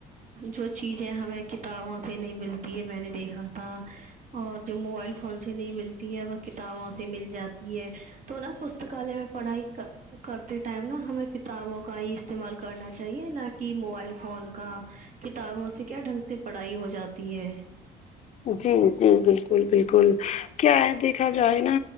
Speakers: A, on the right; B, on the left.
A: جو چیزیں ہمیں کتابوں سے نہیں ملتی ہے میں نے دیکھا تھا اور جو موبائل فون سے نہیں ملتی ہے وہ کتابوں سے مل جاتی ہے تو نا پستکالیہ میں پڑھائی کرتے ٹائم نا ہمیں کتابوں کا ہی استعمال کرنا چاہیے نہ کہ موبائل فون کا کتابوں سے کیا ڈھنگ سے پڑھائی ہو جاتی ہے
B: جی جی بالکل بالکل کیا ہے دیکھا جائے نا